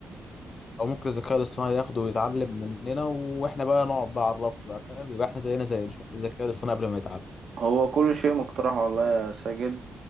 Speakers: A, on the left; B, on the right.
A: او ممكن الذكاء الاصطناعي ياخده ويتعلم مننا واحنا بقى نقعد بقى على الرف بقى فاهم يبقى احنا زينا زي ال- الذكاء الاصطناعي قبل ما يتعلم
B: هو كل شيء مقترح والله يا ساجد